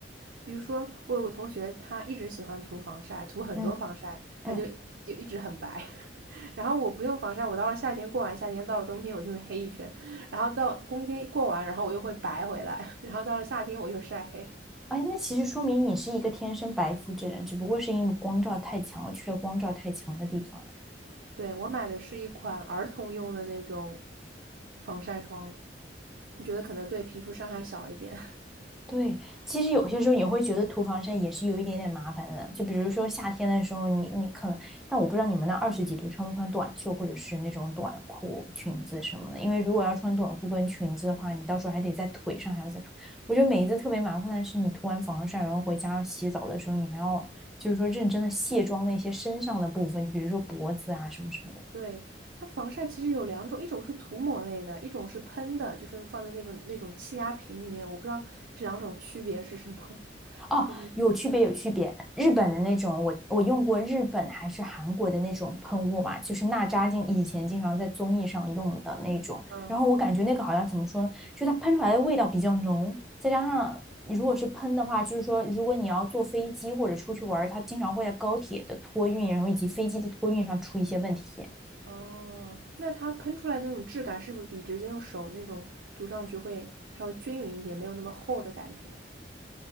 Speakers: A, on the right (about 75°); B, in the centre.
A: 比如说，我有个同学，他一直喜欢涂防晒，涂很多防晒，
B: 嗯嗯，
A: 他就就一直很白。<laughs> 然后我不用防晒，我到了夏天过完夏天，到了冬天我就会黑一圈，然后到冬天过完，然后我又会白回来，然后到了夏天我又晒黑。
B: 哎，那其实说明你是一个天生白肤之人，只不过是因为光照太强了，去了光照太强的地方。
A: 对，我买的是一款儿童用的那种防晒霜，我觉得可能对皮肤伤害小一点。<laughs>
B: 对，其实有些时候你会觉得涂防晒也是有一点点麻烦的，就比如说夏天的时候你，你可能，但我不知道你们那二十几度穿不穿短袖或者是那种短裤、裙子什么的，因为如果要穿短裤跟裙子的话，你到时候还得在腿上还要再涂。我觉得每一次特别麻烦的是，你涂完防晒，然后回家要洗澡的时候，你还要就是说认真的卸妆那些身上的部分，就比如说脖子啊什么什么的。
A: 对，它防晒其实有两种，一种是涂抹类的，一种是喷的，就是放在那本那种气压瓶里面。我不知道这两种区别是什么，<laughs>
B: 哦，
A: 就是
B: 有区别，有区别。日本的那种，我我用过日本还是韩国的那种喷雾嘛，就是娜扎经以前经常在综艺上用的那种。
A: 嗯
B: 然后我感觉那个好像怎么说呢，就它喷出来的味道比较浓，再加上你如果是喷的话，就是说如果你要坐飞机或者出去玩它经常会在高铁的托运，然后以及飞机的托运上出一些问题。
A: 哦，那它喷出来那种质感是不是比直接用手那种涂上去会稍微均匀一点，没有那么厚的感觉？